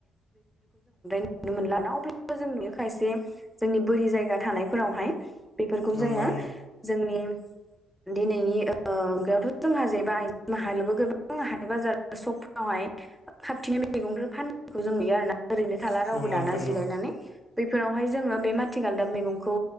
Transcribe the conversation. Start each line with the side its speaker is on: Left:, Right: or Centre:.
Centre: <inaudible> <inaudible> जोंनि खायसे जोंनि बोरि जायगा थानायफोरावहाय बेफोरखौ
Left: नंगौ
Centre: जोङो
Left: नंगौ
Centre: जोंनि दिनैनि ओ <inaudible> हाथाय बाजार सकफ्रावहाय खाबथिंनाय मैगंफोर फान खौ जों नुयो आरोना ओरैनो थाला
Left: नोंथां
Centre: रावबो दाना
Left: नंगौ
Centre: जिरायनानै। बेफोरावहाय जोङो बे माथि गालदाब मैगंखौ